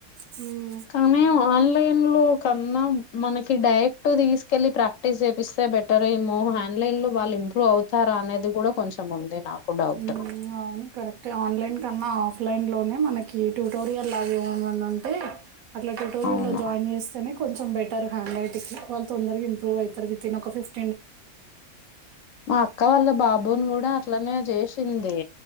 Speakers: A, on the right; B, on the left.
A: హ్మ్.
B: కానీ ఆన్లైన్ లో కన్నా మనకి డైరెక్టుగా తీసుకెళ్ళి ప్రాక్టీస్ చేపిస్తే బెటర్ ఏమో ఆన్లైన్ లో వాళ్ళు ఇంప్రూవ్ అవుతారా అనేది కూడా కొంచెం ఉంది నాకు డౌట్
A: హ్మ్. అవును కరెక్టే ఆన్లైన్ కన్నా ఆఫ్లైన్ లోనే మనకి ట్యుటోరియల్ అవివి అని ఉంటే అట్లా ట్యుటోరియల్
B: అవును
A: లో జాయిన్ చేస్తేనే కొంచెం బెటర్ హ్యాండ్ రైట్ కి వాళ్ళు తొందరగా ఇంప్రూవ్ అయితరు వితిన్ ఒక ఫిఫ్
B: మా అక్క వాళ్ళ బా బుని కూడా అట్లనే జేసింది.